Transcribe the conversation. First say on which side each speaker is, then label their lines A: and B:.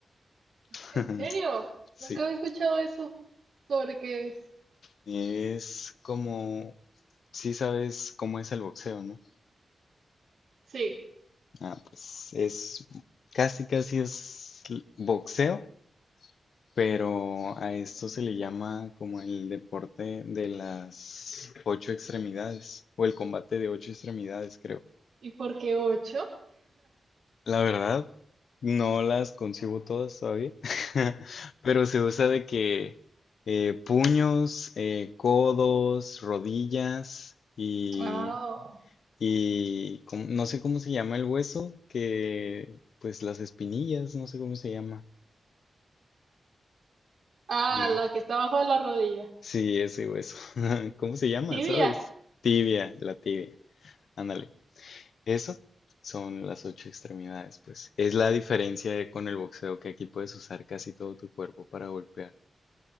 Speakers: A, on the left; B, on the right.
A: <laughs>
B: ¿En serio?
A: Sí,
B: Nunca había escuchado eso. ¿Sobre qué es?
A: es como, sí sabes cómo es el boxeo, ¿no?
B: Sí.
A: Ah, pues es, casi casi es l- boxeo, pero a esto se le llama como el deporte de las ocho extremidades o el combate de ocho extremidades, creo.
B: ¿Y por qué ocho?
A: La verdad, no las concibo todas todavía, <laughs> pero se usa de que eh, puños, eh, codos, rodillas y,
B: Ah,
A: y com- no sé cómo se llama el hueso, que pues las espinillas, no sé cómo se llama.
B: ah,
A: eh,
B: la que está abajo de la rodilla.
A: Sí, ese hueso. <laughs> ¿Cómo se llama?
B: Tibia.
A: ¿Sabes? Tibia, la tibia. Ándale. Eso son las ocho extremidades, pues. Es la diferencia de- con el boxeo, que aquí puedes usar casi todo tu cuerpo para golpear.